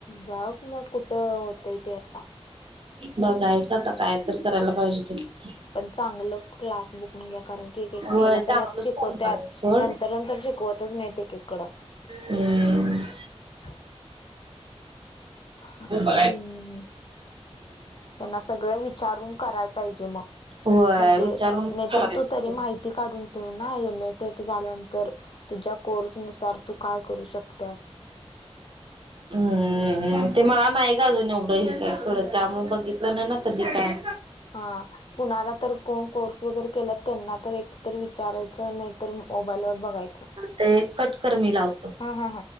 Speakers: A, on the left (about 55°); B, on the right (about 50°).
A: बघ मग कुठं होतय ते आता
B: बघायचं आता काय तर करायला पाहिजे. तर
A: पण चांगल क्लास बघून घ्या कारण की एक
B: होय
A: पहिला पहिला
B: चांगलंच
A: शिकवतत
B: करणार आहे सोड
A: नंतर नंतर शिकवतच नाहीत एककड
B: हम
A: हो बाई
B: खूप
A: त्यांना सगळ विचारून करायला पाहिजे मग
B: होय
A: म्हणजे
B: विचारून
A: नाही
B: करायचं
A: तर तू तरी माहिती काढून ठेव ना M S C I T झाल्यानंतर तुझ्या कोर्स नुसार तू काय करू शकतास
B: हम्मम ते मला नाही अजून एवढं हे काय डं त्यामुळे बघितलं नाही ना कधी काय
A: हा कुणाला तर कोण कोर्स वगैरे केला त्यांना तर एकत विचारायचं नाहीतर मोबाईल वर बघायचं
B: ते कटकर मी लावतो
A: हा हा हा